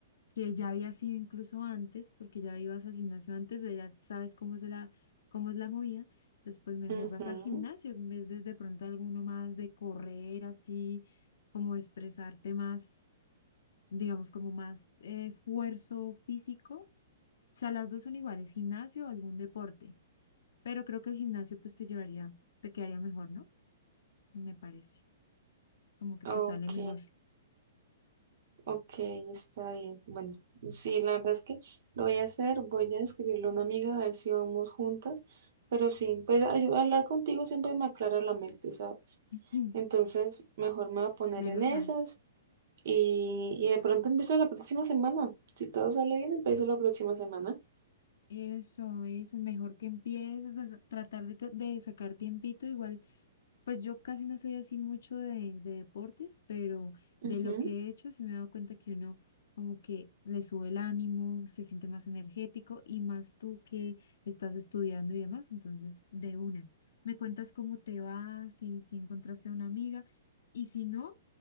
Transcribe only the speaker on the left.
que ya había sido incluso antes, porque ya ibas al gimnasio antes, o ya sabes cómo es la, cómo es la movida. Entonces, pues mejor
vas al gimnasio en vez de de pronto alguno más de correr así, como estresarte más, digamos, como más eh, esfuerzo físico. O sea, las dos son iguales, gimnasio o algún deporte. Pero creo que el gimnasio pues te llevaría, te quedaría mejor, ¿no? Me parece, como que
te sale mejor.
Mm,
Menos
mal.
Eso, eso es mejor que empieces a sa- tratar de, te- de sacar tiempito. Igual Pues yo casi no soy así mucho de, de deportes, pero
de lo que he hecho sí me he dado cuenta que uno como que le sube el ánimo, se siente más energético y más tú que estás estudiando y demás, entonces de una. Me cuentas cómo te va, si, si encontraste a una amiga y si no,